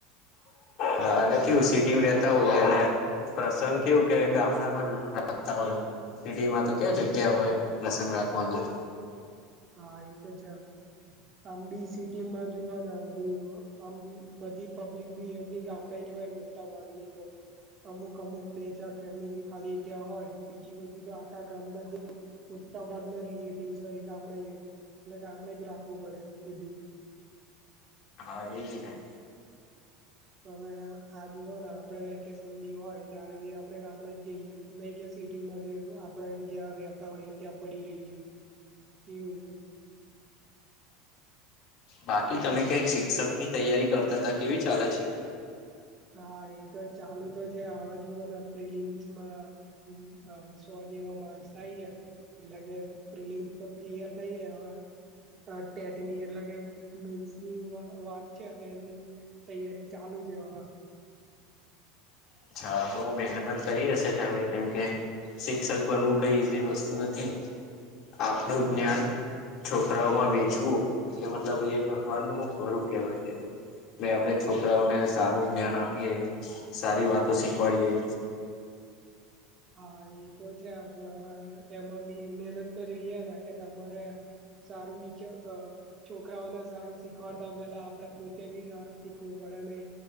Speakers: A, on the left; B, on the right.
A: હા અને કેવું
B: બાકી
A: સીટી માં રહેત તા હોય અને પ્રસંગ કેવું કે ગામડામાં જ રાખતા હોય લોકો. સિટી માં તો ક્યાં જગ્યા હોય પ્રસંગ રાખવાની.
B: હા ઈ તો છે. આમ બી સિટી માં જોવાના બધું આમ બધી પબ્લિક બી એમની ગામડે જોવાય મ મોટા ભાગ ની તો અમુક-અમુક બે ચાર ફેમિલી ખાલી ત્યાં હોય, બીજી બધી તો આખા ગામમાં જે મોટા ભાગના રિલેટિવસ હોય ગામડે જ હોય, એટલે ગામડે જ રાખવું પડે બધું.
A: હા એજને.
B: તમે આ જુઓ ના આપડે વેકેશન બી હોય ત્યારે બી આપણે ગામડે જ જઈએ. નહીં કે સિટીમાં જે આપણેે જ્યાં રહેતા હોઈએ ત્યાં પડી રહીએ, એવું.
A: બાકી તમે કંઈક શિક્ષક ની તૈયારી કરતા તા, કેવી ચાલે છે?
B: હા એ તો ચાલુ તો છે, આવા જુઓ ને પ્રિલિમ્સમાં અમ્મ અહ સૌ જેવા માર્ક્સ થાઈએ એટલે કે પ્રિલમ્સ તો ક્લિયર થઈ હવે આ ટેટની એટલે મેન્સની વ વાત છે તો એની તૈયારી ચાલુ છે હવા.
A: અચ્છા બહુ મહેનત કરી હશે, તમે કેમ કે શિક્ષક બનવું કંઈ ઈઝી વસ્તુ નથી, આપડું
B: હા
A: જ્ઞાન છોકરાઓમાં વેચવું એ મતલબ એ ભગવાન નું સ્વરૂપ કહેવાય છે. ને આપડે છોકરાઓને સારું જ્ઞાન આપીએ, સારી વાતો શીખવાડીએ.
B: હા, એ તો છે, પણ હવે એમાં બી મહેનત તો જોઈએ ને, કે તમારે સારું વિચાર અહ છોકરાઓને સારું શીખવાડતા પહેલા આપડે પોતે બી સારું શીખવું પડે નહિં.